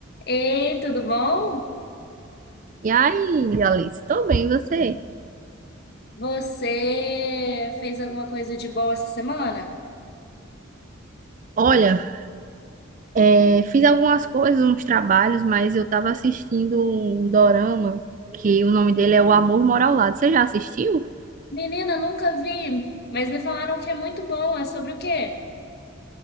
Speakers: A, on the left; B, on the right.
A: Ei, tudo bom?
B: E aí, Alice, tô bem, e você?
A: Você fez alguma coisa de boa essa semana?
B: Olha, é, fiz algumas coisas, uns trabalhos, mas eu tava assistindo um dorama que o nome dele é O Amor Mora ao Lado. Você já assistiu?
A: Menina, nunca vi, mas me falaram que é muito bom. É sobre o quê?